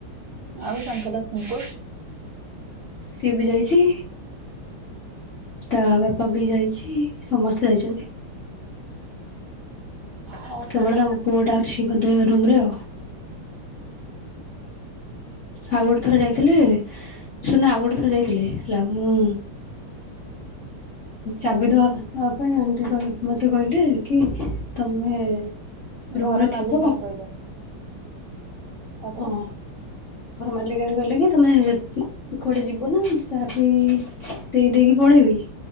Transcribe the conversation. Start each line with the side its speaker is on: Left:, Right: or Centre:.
Right: ଆଉ ତାଙ୍କର ସିମ୍ପୁ।
Left: ସିଏ ବି ଯାଇଛି। ତା ବାପା ବି ଯାଇଛି ସମସ୍ତେ ଯାଇଛନ୍ତି।
Right: ହଉ
Left: କେତେ
Right: ତାହେଲେ
Left: ବଡ଼ ତାଙ୍କ ପୁଅ ଟା ଅଛି ବଧେ ରୁମରେ ଆଉ। ଆଉ ଗୋଟେ ଥରେ ଯାଇଥିଲେ ଶୁନା ଆଉ ଗୋଟେ ଥରେ ଯାଇଥିଲେ ହେଲା ମୁଁ ଚାବି ଦବାବା ପାଇଁ ଆଣ୍ଟି ମତେ କହିଲେ କି ତମେ ରୁମରେ
Right: ଘର
Left: ଥିବ
Right: ମାଲିକାଣୀ କହିଲେ ତାପରେ
Left: ହଁ ଘର ମାଲିକାଣୀ କହିଲେ କି ତମେ କୁଆଡେ ଯିବ ନା ଚାବି ଦେଇ ଦେଇକି ପଳେଇବି